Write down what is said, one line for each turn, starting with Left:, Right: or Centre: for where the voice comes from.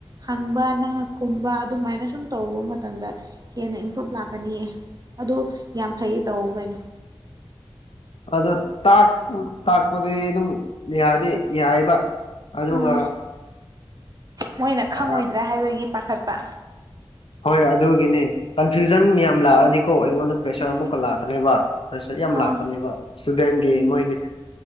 Right: ꯍꯪꯕ ꯅꯪꯅ ꯈꯨꯝꯕ ꯑꯗꯨꯃꯥꯏꯅ ꯁꯨꯝ ꯇꯧꯕ ꯃꯇꯝꯗ ꯍꯦꯟꯅ ꯏꯝꯄ꯭ꯔꯨꯨꯞ ꯂꯥꯛꯀꯅꯤꯌꯦ ꯑꯗꯨ ꯌꯥꯝ ꯐꯩ ꯇꯧ ꯀꯩꯅꯣ
Left: ꯑꯗꯨꯥꯛꯄ ꯇꯥꯛꯄꯗꯤ ꯑꯗꯨꯝ ꯌꯥꯅꯤ ꯌꯥꯏꯕ ꯑꯗꯨꯒ
Right: ꯎꯝ ꯃꯣꯏꯅ ꯈꯪꯉꯣꯏꯗ꯭ꯔꯥ
Left: ꯑ
Right: ꯍꯥꯏꯕꯒꯤ ꯄꯥꯈꯠꯄ
Left: ꯍꯣꯏ ꯑꯗꯨꯒꯤꯅꯤ ꯀꯟꯐ꯭ꯌꯨꯖꯟ ꯌꯥꯝ ꯂꯥꯛꯑꯗꯤꯀꯣ ꯑꯩꯉꯣꯟꯗ ꯄ꯭ꯔꯦꯁꯔ
Right: ꯎꯝ
Left: ꯑꯃꯨꯛꯀ ꯂꯥꯛꯀꯅꯦꯕ ꯄ꯭ꯔꯦꯁꯔ ꯌꯥꯝ
Right: ꯑꯥ
Left: ꯂꯥꯛꯀꯅꯦꯕ ꯏꯁꯇꯨꯗꯦꯟꯒꯤ ꯃꯣꯏꯒꯤ